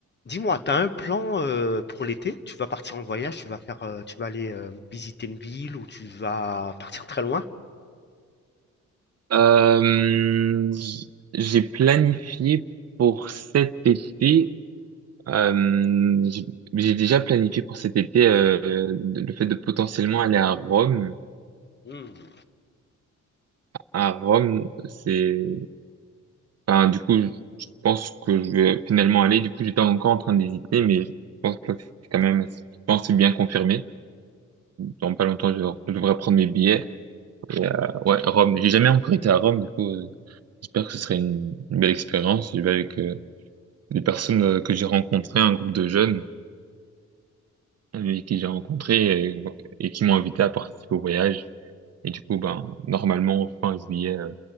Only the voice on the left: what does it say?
Dis-moi, t'as un plan euh, pour l'été? Tu vas partir en voyage, tu vas faire, euh, tu vas aller euh, visiter une ville ou tu vas partir très loin?
Hmm.